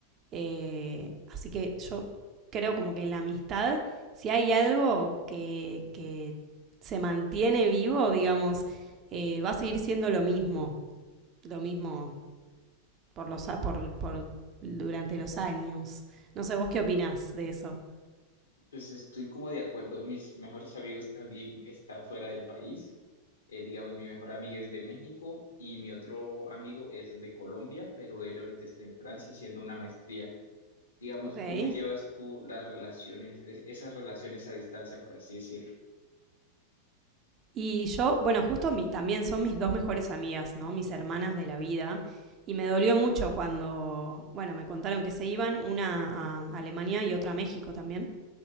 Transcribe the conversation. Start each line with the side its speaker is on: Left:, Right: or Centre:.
Right: Eh, así que yo creo como que la amistad, si hay algo que, que se mantiene vivo, digamos, eh, va a seguir siendo lo mismo, lo mismo por los, por, por- durante los años. No sé, vos qué opinás de eso.
Left: pues estoy como de acuerdo. Mis mejores amigos también están fuera del país. eh, digamos, mi mejor amiga es de México y mi otro amigo es de Colombia, pero él ahorita está en Francia haciendo una maestría. Digamos,
Right: Ok.
Left: ¿cómo llevas tú las relaciones, es- esas relaciones a distancia, por así decirlo?
Right: Y yo, bueno, justo mi, también son mis dos mejores amigas, ¿no? Mis hermanas de la vida. Y me dolió mucho cuando, bueno, me contaron que se iban, una a Alemania y otra a México también.